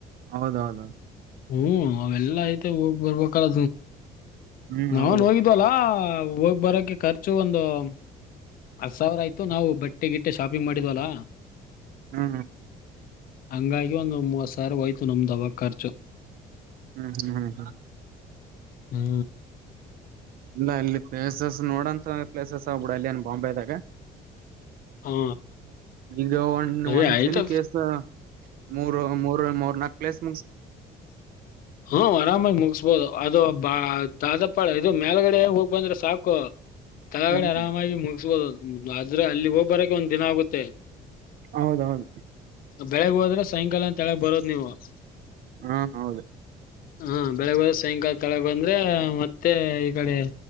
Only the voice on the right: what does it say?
ಹೌದೌದೌದು
ಹ್ಮ್
ಹೌದು
ಹೂ
ಹೂ ಹೂ ಹೂ ಹೂ
ಇಲ್ಲ ಇಲ್ಲಿ ಪ್ಲೇಸಸ್ ನೋಡಂಂತ ಪ್ಲೇಸಸ್ ಆಗ್ಬಿಡ ಅಲ್ಲಿ ನ್ ಬಾಂಬೆದಾಗ
ಈಗ ಒ
ಒಂದ್
ದಿನ ಕೇಸ್ ಮೂರ್ ಮೂರ್ ಮೂರ್ ನಾಕು ಕ್ಲೇಸ್
ಹ್ಮ್
ಹೌದೌದು
ಹಾ ಹೌದು